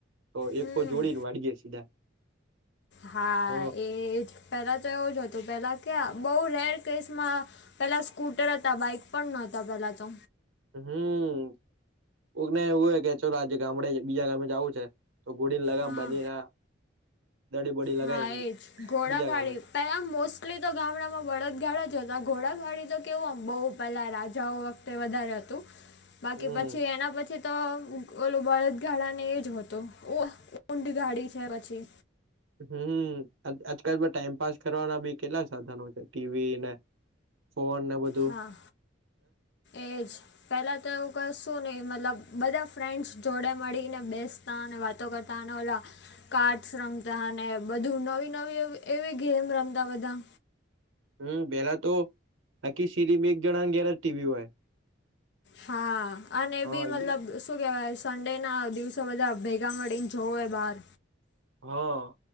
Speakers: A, on the right; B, on the left.
A: તો
B: હમ
A: એકકો જોડીને વાડીયે સીધા.
B: હા
A: હ
B: એ જ પેલા તો એવું જ હતું પેલા. કયાં બહુ રેર કેસમાં પહેલાં સ્કૂટર હતા બાઈક પણ નહોતા પહેલાં તો.
A: હમ્મ કોકને એવું હોય કે ચલો આજે ગામડે બીજા ગામડે જાવું છે. તો ઘોડીને લગામ
B: હા
A: બાંધી આ દડી બોડી લગાવીને
B: હા એ જ ઘોડાગાડી
A: બીજા ગામે.
B: પહેલાં મોસ્ટલી તો ગામડામાં બળદગાડા જ હતાં ઘોડાગાડી તો કેવું આમ બહુ પહેલાં રાજાઓ વખતે. તે વધારે હતું બાકી
A: હમ
B: પછી એના પછી તો. ઓલુ બળદગાડા ને એ જ હતું ઊંટ ગાડી છે પછી.
A: હમ્મ આજકાલમાં ટાઈમપાસ કરવાના બી કેટલા સાધનો છે ટીવી ને. ફોન ને બધ.
B: હા એજ પહેલાં તો એવું કશ. શું નહીં મતલબ બધા ફ્રેન્ડ્સ જોડે મળીને બેસતા અને વાતો કરતા અને ઓલા. કાર્ડસ રમતા અને બધું નવી નવી એવી ગેમ રમતા બધા.
A: હમ્મ પેલા તો આખી સિરીમાં એક જણાને ઘેર જ ટીવી હોય.
B: હા અને એબી
A: હા
B: મતલબ શું કેવાય. સંન્ડે ના દિવસે બધા ભેગા મળીને જોવે બહાર.
A: હા